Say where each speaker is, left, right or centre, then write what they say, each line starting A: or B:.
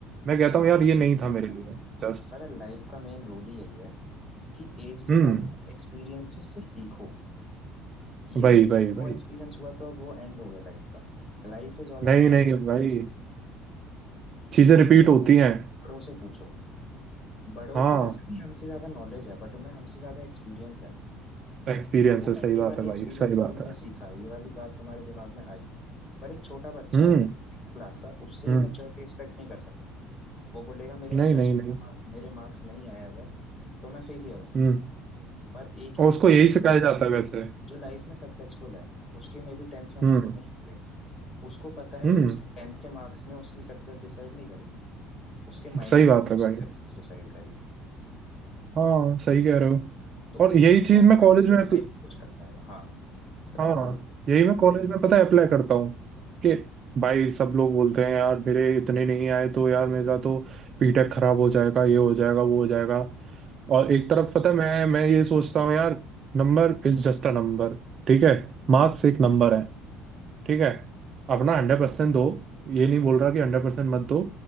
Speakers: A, on the right; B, on the left.
A: मैं कहता
B: हाँ
A: हूँ यार ये नहीं
B: ये बेस्ट
A: था मेरे
B: है
A: लिए जस्ट
B: पता है लाइफ का मेन रोल ही यही है कि एज के
A: हम्म
B: साथ में एक्सपीरियंसेस से सीखो ये
A: वही
B: नहीं कि
A: वही वही
B: वो एक्सपीरियंस हुआ तो अब वो एंड हो गया लाइफ का Life is all
A: नहीं
B: about
A: नहीं
B: experiences
A: भाई चीजें रिपीट
B: क्यों कहते
A: होती
B: हैं
A: हैं
B: कि बड़ों से पूछो बड़ों
A: हाँ
B: को ऐसा नहीं हमसे ज्यादा नॉलेज है बट उन्हें हमसे ज्यादा एक्सपीरियंस है
A: एक्सपीरियंस
B: अब वो
A: है सही
B: एनडीए
A: बात
B: वाले
A: है भाई
B: एक्सपीरियंस
A: सही
B: से
A: बात
B: तुमने
A: है
B: सीखा ये वाली बात तुम्हारे दिमाग में आई पर एक छोटा बच्चा
A: हम्म
B: है सिक्स क्लास का उससे
A: हम्म
B: ये मैच्योरिटी एक्सपेक्ट नहीं कर सकता वो बोलेगा मेरे
A: नहीं
B: दसवीं
A: नहीं नहीं
B: में mark- मेरे मार्क्स नहीं आए अगर तो मैं फेलियर हूँ
A: हम्म
B: पर एक इंसान
A: और उसको यही सिखाया जाता है वैसे
B: जो लाइफ में सक्सेसफुल है उसके में भी टेंथ में मार्क्स
A: हम्म
B: नहीं होंगे उसको पता है
A: हम्म
B: कि उसके टेंथ के मार्क्स ने उसकी सक्सेस डिसाइड नहीं करी उसके माइंडसेट
A: सही बात
B: ने
A: है
B: उसकी
A: भाई
B: सक्सेस डिसाइड करी
A: हाँ सही कह रहे हो
B: तो
A: और
B: एक
A: यही
B: स्ट्रांग
A: चीज मैं
B: माइंडसेट
A: कॉलेज में
B: लाइफ
A: अप्ल-
B: कुछ कर पाएगा हाँ बताओ
A: हाँ
B: भाई
A: यही मैं कॉलेज में पता है अप्लाई करता हूँ कि भाई सब लोग बोलते हैं यार मेरे इतने नहीं आए तो यार मेरा तो पीटेक खराब हो जाएगा ये हो जाएगा वो हो जाएगा और एक तरफ पता है मैं मैं ये सोचता हूँ यार number is just a number ठीक है मार्क्स
B: जी
A: एक नंबर है ठीक है अपना हंड्रेड परसेंट दो ये नहीं बोल रहा कि हंड्रेड परसेंट मत दो